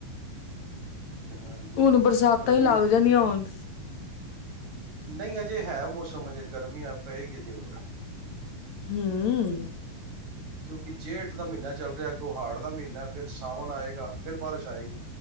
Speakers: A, on the right; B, on the left.
A: ਹਾਂਜੀ
B: ਹੁਣ ਬਰਸਾਤਾਂ
A: ਮੰਮੀ
B: ਹੀ ਲੱਗ ਜਾਣੀਆਂ ਹੁਣ
A: ਨਹੀਂ ਅਜੇ ਹੈ ਮੌਸਮ ਤੁਮ ਅਜੇ ਗਰਮੀ ਆ ਪਏਗੀ ਅਜੇ ਹੋਰ।
B: ਹਮ।
A: ਕਿਉਂਕਿ ਜੇ ਹੇਠ ਦਾ ਮਹੀਨਾ ਚੱਲ ਰਿਹਾ ਗੋਹਾੜ ਦਾ ਮਹੀਨਾ ਫਿਰ ਸਾਵਣ ਆਏਗਾ ਫਿਰ ਬਾਰਿਸ਼ ਆਏਗੀ।